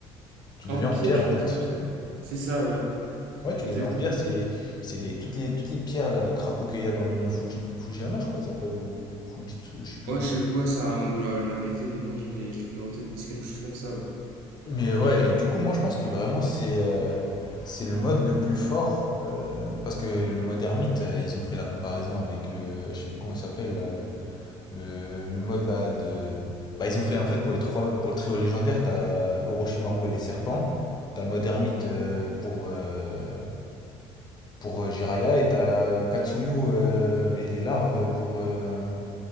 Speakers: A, on the left (about 35°); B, on the right (about 85°).
A: tu deviens
B: Empire,
A: en pierre
B: je
A: en
B: crois,
A: fait.
B: un truc comme ça. C'est ça, ouais,
A: Ouais, tu
B: exactement.
A: deviens en pierre, c'est c'est les toutes les toutes les pierres là, les crapauds qu'il y a dans le mont Fuji, Fujiyama, je crois qu'il s'appelle ou Fujitsu, je sais plus
B: Ouais,
A: comment.
B: je sais- ouais, ça, a la vérité, le nom, je l'ai je l'ai plus en tête, mais c'est quelque chose comme ça, ouais.
A: Mais ouais, et du coup, moi je pense que vraiment c'est euh, c'est le mode le plus fort euh, parce que le mode ermite, euh, ils ont fait la comparaison avec le je sais plus comment il s'appelle là, le le, le mode là de. Bah, ils ont fait en fait pour les trois pour le trio légendaire, t'as Orochimaru et les serpents, t'as le mode ermite euh, pour, euh, pour euh, Jiraiya et t'as Katsuyu euh, et les larves pour, euh,